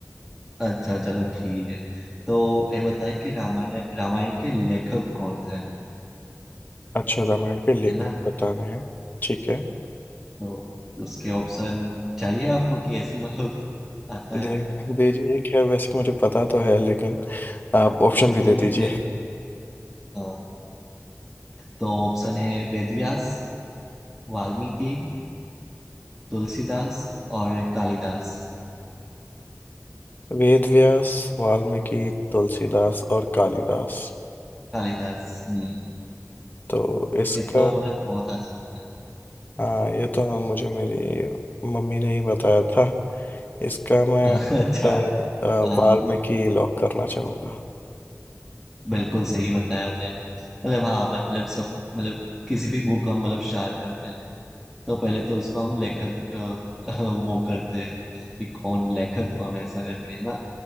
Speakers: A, in the centre; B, on the left.
A: अच्छा चलो ठीक है तो ये बताए कि रामायण रामायण के लेखक कौन थे
B: अच्छा रामायण के लेखक
A: है ना
B: बताने हैं ठीक है
A: हाँ, तो उसके ऑप्शन चाहिए आपको कि ऐसे ही मतलब आता है
B: दे
A: <laughs>
B: दीजिए खैर वैसे मुझे पता तो है लेकिन आप
A: अच्छा,
B: ऑप्शन
A: चलो
B: भी दे दीजिए
A: देते तो हाँ तो ऑप्शन है वेद व्यास वाल्मीकि तुलसीदास और कालिदास
B: वेद व्यास वाल्मीकि तुलसीदास और कालिदास
A: कालिदास हम्म
B: तो इसका
A: ये तो मतलब बहुत आसान है
B: हाँ ये तो मुझे मेरी मम्मी ने ही बताया था इसका मैं
A: <laughs> अच्छा
B: अ, अ,
A: हाँ
B: वाल्मीकि
A: हाँ।
B: लॉक करना चाहूँगा
A: बिल्कुल सही बताया आपने मतलब हाँ मतलब सब मतलब किसी भी बुक हम मतलब स्टार्ट करते हैं तो पहले तो उसको हम लेखक अ, <laughs> वो करते हैं कि कौन लेखक कौन है, ऐसा करके है ना